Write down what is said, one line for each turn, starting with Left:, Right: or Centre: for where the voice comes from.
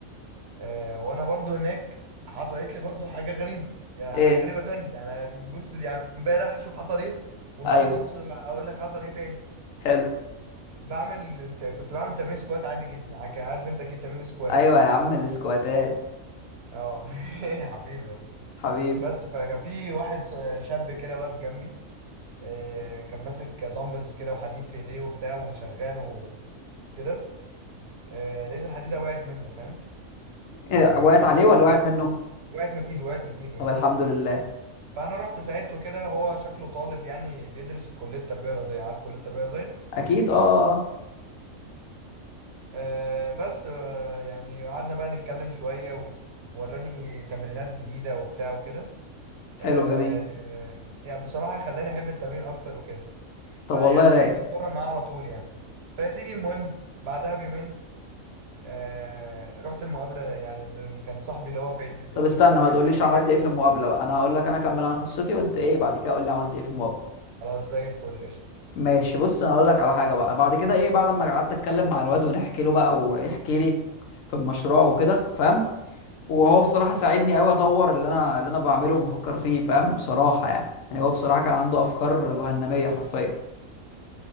Right: آه وانا برضو هناك حصلت لي برضو حاجة غريبة يعني
Left: ايه
Right: حاجة غريبة تانية يعني بص يعني امبارح شوف حصل ايه والنهارده
Left: ايوه
Right: بص اقول لك حصل ايه تاني
Left: حلو
Right: بعمل الت- كنت بعمل تمرين سكوات عادي جدا عارف انت اكيد تمرين سكوات
Left: ايوه يا عم الاسكواتات
Right: اه <laughs> يا حبيبي يا اسطى
Left: حبيبي
Right: بس فكان في واحد ص- شاب كده واقف جنبي آه، كان ماسك دمبلز كده وحديد في ايديه وبتاع وشغال وكده آه، لقيت الحديده وقعت منه فاهم
Left: إيه،
Right: آه،
Left: وقعت
Right: فانا
Left: عليه
Right: استغربت
Left: ولا وقعت منه
Right: وقعت من ايده وقعت من ايده
Left: طب
Right: يعني
Left: الحمد لله
Right: فانا رحت ساعدته كده هو شكله طالب يعني بيدرس في كليه تربيه رياضيه عارف كليه تربيه رياضيه
Left: اكيد اه آه. آه.
Right: آه، بس آه، يعني قعدنا بقى نتكلم شويه ووراني تمرينات جديده وبتاع وكده آه،
Left: حلو جميل
Right: يعني بصراحه خلاني احب التمرين اكتر وكده
Left: طب
Right: فيعني
Left: والله رايق
Right: بقيت بتمرن معاه على طول يعني فيا سيدي المهم بعدها بيومين آه رحت المقابلة يعني اللي كان صاحبي اللي هو في عيد أو
Left: طب استنى
Right: مش صاحبي
Left: ما تقوليش
Right: الراجل اللي
Left: عملت
Right: كان
Left: ايه في المقابله بقى انا هقول لك انا اكمل انا قصتي وانت ايه بعد كده قول لي عملت ايه في المقابله
Right: خلاص زي الفل قشطة
Left: ماشي بص انا اقول لك على حاجه بقى بعد كده ايه بعد ما قعدت اتكلم مع الواد ونحكي له بقى ويحكي لي في المشروع وكده فاهم وهو بصراحه ساعدني قوي اطور اللي انا اللي انا بعمله وبفكر فيه فاهم بصراحه يعني يعني هو بصراحه كان عنده افكار جهنميه حرفيا